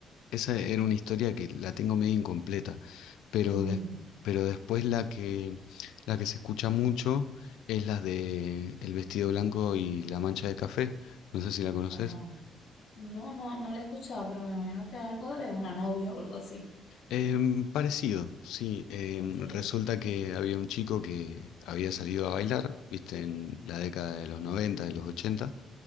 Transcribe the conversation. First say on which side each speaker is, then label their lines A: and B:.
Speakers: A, on the left; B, on the left.
A: esa era una historia que la tengo medio incompleta, pero,
B: Uy,
A: des- pero después la que, la que se escucha mucho es la de El vestido blanco y la mancha de café. No sé si la conoces.
B: ajá. No, no, no la he escuchado, pero me imagino que es algo de una novia o algo así.
A: Em, parecido, sí. em,
B: Ok,
A: resulta que había un chico que había salido a bailar, viste, en la década de los noventa de los ochenta